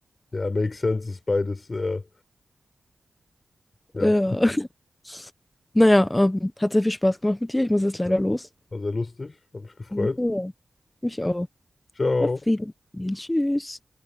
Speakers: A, on the left (about 45°); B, on the left (about 20°).
A: Ja, makes sense ist beides. Äh, ja,
B: Ja. <laughs> Naja, ähm, hat sehr viel Spaß gemacht mit dir. Ich muss jetzt leider
A: ja,
B: los.
A: war sehr lustig. Hab mich gefreut.
B: Ja, mich auch.
A: Ciao.
B: Auf Wiedersehen. Tschüss.